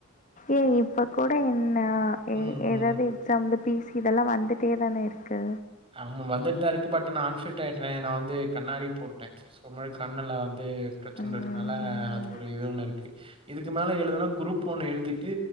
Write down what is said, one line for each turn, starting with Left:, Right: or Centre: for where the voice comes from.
Left: ஏ இப்பக் கூட என்ன எ
Right: ம்,
Left: ஏதாது
Right: ம்.
Left: எக்ஸாம் இந்த பீ சி இதெல்லா வந்துட் தே தானே இருக்கு
Right: ஆமா வந்துட்தா இருக்கு பட் நா அன்ஃபிட் ஆயிட்டனே நா வந்து கண்ணாடி போட்டுட்டே சோ மாரி கண்ணுல வந்து பிரச்சன
Left: ம்.
Right: இருக்குனால அது ஒரு இது ஒன்னு இருக்கு இதுக்கு மேல எழுதுனா குரூப் ஒன்னு எழுதிட்டு